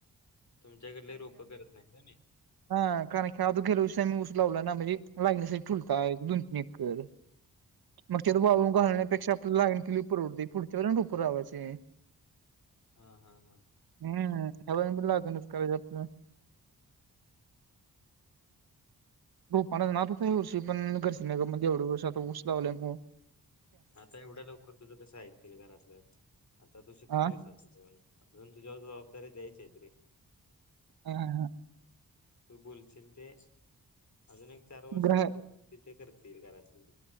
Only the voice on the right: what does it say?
हा कारण खळाधू गेलोय मी ऊस लावला ना म्हणजे. लागण्यासाठी टुलता एक दोन तीन खरं, मग त्यात वाळून घालण्यापेक्षा आपल्या लागण केलेली परवडते. पुढची त्यावरून रोप लावायचे हेने.
हं. ह्या महिन्यात लागणच करायची असते ना. रोप आणायचा नादच आहे या वर्षी. पण घरची नग म्हणले एवढे वर्ष. आता ऊस लावलंय म्हण.
आ
हं हं हं.
ग्रह